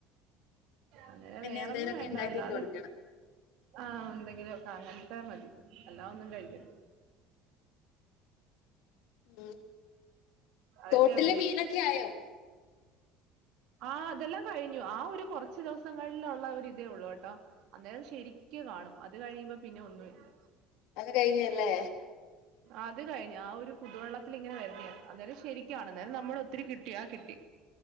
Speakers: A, on the right (about 70°); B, on the left (about 75°).
A: അങ്ങനെ
B: പിന്നെ
A: വേറൊന്നും
B: എന്തേലൊക്കെ
A: വേണ്ടല്ല
B: ഉണ്ടാക്കി
A: അല്ലാതെ
B: കൊടുക്കണം
A: ആ എന്തെങ്കിലും ഒക്കെ അങ്ങനതെ മതി അല്ലാ ഒന്നും കഴിക്കത്തി
B: മ്മ്
A: അതൊക്കെയാ
B: തോട്ടിലെ
A: വലിയ
B: മീനൊക്കെ
A: ഇഷ്ടം
B: ആയോ
A: ആ അതെല്ലാം കഴിഞ്ഞു ആ ഒരു കുറച്ച് ദിവസങ്ങളിലുള്ള ഒരു ഇതേ ഉള്ളൂ കേട്ടോ അന്നേരം ശരിക്ക കാണും അത് കഴിയുമ്പോ പിന്നെ ഒന്നും ഇല്ല
B: അത് കഴിഞ്ഞല്ലേ
A: അത് കഴിഞ്ഞ് ആ ഒരു പുതുവെള്ളത്തിൽ ഇങ്ങനെ വരുന്നതാണ് അ ശരിക്ക ആണെന്താൽ നമ്മള ഒത്തിരി കിട്ടിയാ കിട്ടി